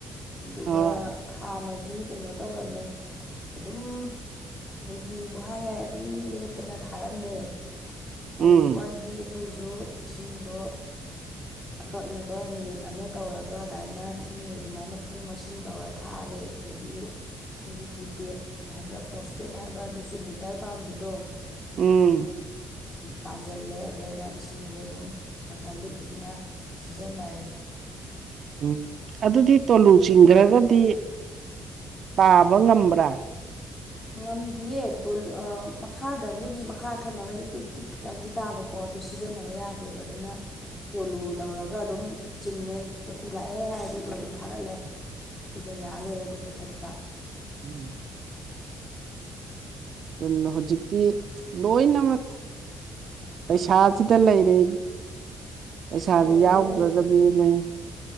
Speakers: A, on the left; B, on the right.
A: ꯑꯗꯨꯒ
B: ꯍꯣꯏ
A: ꯍꯥꯟꯅꯗꯤ ꯀꯩꯅꯣ ꯇꯧꯔꯝꯃꯦ ꯑꯗꯨꯝ ꯅꯨꯡꯇꯤ ꯕꯨꯍꯥ ꯌꯥꯏ ꯑꯗꯨꯝ ꯂꯦꯞꯇꯅ ꯊꯥꯔꯝꯃꯦ ꯍꯧꯖꯤꯛꯋꯥꯏꯗꯤ
B: ꯎꯝ
A: ꯑꯩꯈꯣꯏꯁꯨ ꯏꯁꯤꯡꯗꯣ ꯑꯀꯛꯅꯕ ꯅꯨꯃꯤꯠ ꯑꯃ ꯇꯧꯔꯒ ꯑꯗꯨꯃꯥꯏꯅ ꯏꯅꯦ ꯑꯗꯨꯃꯥꯏꯅ ꯄꯨꯡ ꯃꯁꯤꯡ ꯇꯧꯔ ꯊꯥꯔꯦ ꯑꯗꯒꯤ ꯑꯩꯈꯣꯏꯒꯤ ꯄ꯭ꯔꯤꯄꯦꯗ ꯍꯥꯏꯕ꯭ꯔꯥ ꯄꯣꯁꯄꯦꯗ ꯍꯥꯏꯕ꯭ꯔꯥ ꯑꯗꯨꯁꯨ ꯃꯤꯇꯔ ꯄꯕꯤꯗꯣ
B: ꯎꯝ
A: ꯄꯥꯟꯁꯤꯜꯂꯦ ꯑꯗꯨꯅ ꯏꯁꯤꯡꯁꯦ ꯑꯗꯨꯝ ꯈꯔ ꯈꯔ ꯂꯤꯛ ꯂꯤꯛꯅ ꯁꯤꯖꯟꯅꯔꯦ
B: ꯎꯝ ꯑꯗꯨꯗꯤ ꯇꯣꯂꯨ ꯆꯤꯡꯈ꯭ꯔꯒꯗꯤ ꯇꯥꯕ ꯉꯝꯕ꯭ꯔꯥ
A: ꯉꯝꯗꯤꯌꯦꯣ ꯃꯈꯥꯗꯕꯨꯗꯤ ꯃꯈꯥ ꯊꯝꯃꯒꯗꯤ ꯇꯤꯠ ꯇꯤꯠ ꯈꯤꯇꯪꯗꯤ ꯇꯥꯕꯀꯣ ꯑꯗꯨ ꯁꯤꯖꯤꯟꯅꯕ ꯌꯥꯗꯦꯕ ꯑꯗꯨꯅ ꯇꯣꯂꯨ ꯇꯧꯔꯒ ꯑꯗꯨꯝ ꯆꯤꯡꯉꯦ ꯇꯣꯇꯤ ꯂꯥꯛꯑꯦ ꯍꯥꯏ ꯒꯤꯗꯣ ꯑꯂꯨ ꯊꯥꯒꯠꯂꯦ ꯑꯗꯨꯒ ꯌꯥ ꯂꯣꯏꯔꯦ ꯑꯗꯨꯝ ꯃꯨꯊꯠꯄ
B: ꯎꯝ ꯑꯗꯨ ꯍꯧꯖꯤꯛꯇꯤ ꯂꯣꯏꯅꯃꯛ ꯄꯩꯁꯥꯁꯤꯗ ꯂꯩꯔꯦ ꯄꯩꯁꯥꯗꯤ
A: ꯂꯩꯔꯦ
B: ꯌꯥꯎꯗ꯭ꯔꯒꯗꯤ
A: ꯂꯩꯔꯦ
B: ꯂꯩ